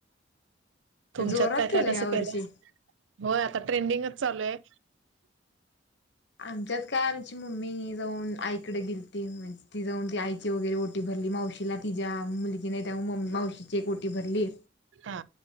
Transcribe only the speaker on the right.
तुमच्यात
काय
काय कसं
केलंय? होय आता ट्रेंडिंगच चालूये.
हा